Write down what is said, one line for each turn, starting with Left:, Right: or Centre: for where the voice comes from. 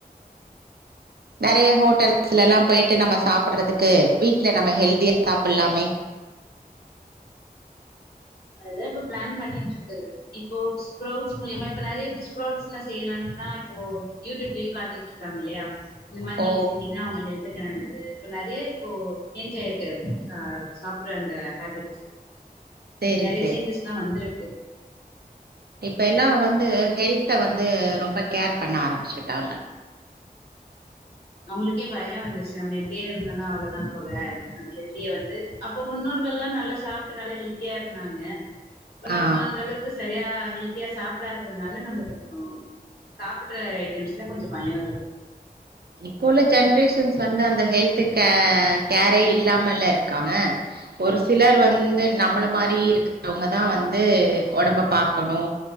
Right: நறைய ஹோட்டல்ஸ்ல எல்லா போயிட்டு நம்ம சாப்புறதுக்கு வீட்ல நம்ம ஹெல்தியா சாப்பிட்லாமே
Left: அதுதா இப்ப பிளான் பண்ணிட்டு இருக்குது இப்போ ஸ்புரொட்ஸ் மூலியமா இப்ப நெறைய பேர் ஸ்ப்ரொட்ஸ்லா செய்யலாம்னுதா இப்போ யூடியூப்லயு காட்டிட்டு இருக்காங்க இல்லையா இந்த மாறி
Right: ஓ
Left: நீங்க செஞ்சீங்கன்னா அவுங்க ஹெல்த்துக்கு நல்லது இப்ப நெறைய இப்போ சேஞ்ச் ஆயிருக்கு அ சாப்புற அந்த ஹேபிட்ஸ்
Right: சரி
Left: நெறைய
Right: சரி.
Left: சேஞ்சஸ்லா வந்திருக்கு
Right: இப்ப எல்லா வந்து ஹெல்த்த வந்து ரொம்ப கேர் பண்ண ஆரம்பிச்சுட்டாங்க
Left: நம்மளுக்கே பயம் வந்துச்சு நம்ம இப்டியே இருந்தோனா அவ்ளோதா போல அந்த ஹெல்த்திய வந்து அப்போ முன்னோர்கள்லா நல்லா சாப்பிட்டு நல்லா ஹெல்த்தியா இருந்தாங்க இப்ப நம்ம
Right: ஆ.
Left: அந்த அளவுக்கு சரியா ஹெல்த்தியா சாப்பிடாததுனால நம்ம கொஞ்சோ சாப்புடுற ஐட்டம்ஸ்ல கொஞ்ச பயோ இருக்கு
Right: இப்போ உள்ள ஜென்ரேஷன்ஸ் வந்து அந்த ஹெல்து கே கேரே இல்லாமல்ல இருக்காங்க ஒரு சிலர் வந்து நம்மள மாறி இருக்கிறவங்கதா வந்து ஒடம்ப பாக்கணு